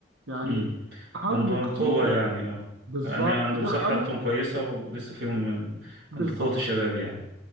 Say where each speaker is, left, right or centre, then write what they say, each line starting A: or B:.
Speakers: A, on the right; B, on the right.
A: يعني
B: امم
A: حاولوا
B: عندهم
A: كتير
B: قوة يعني اه
A: بالظبط
B: يعني عندهم
A: دخلوا
B: صحتهم كويسة ولسه فيهم من
A: بالظبط
B: من قوة الشباب يعني